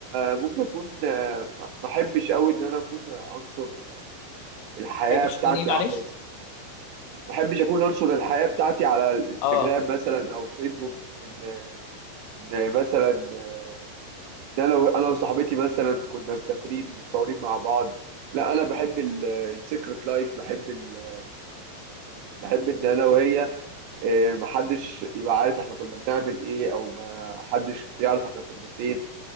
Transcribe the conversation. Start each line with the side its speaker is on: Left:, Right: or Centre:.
Right: ممكن اكون آه، ما احبش قوي ان انا اكون انشر الحياه
Left: تحبش
Right: بتاعتي
Left: تكون إيه معلش؟
Right: عامله ازاي ما احبش اكون انشر الحياه بتاعتي على الانستجرام
Left: أه
Right: مثلا او فيسبوك ان ان مثلا آه، ان انا و- انا وصاحبتي مثلا كنا مسافرين متصورين مع بعض لا انا بحب السيكرت لايف بحب ال... بحب ان انا وهي آه، محدش يبقى عارف احنا كنا بنعمل ايه او ما حدش يعرف احنا كنا فين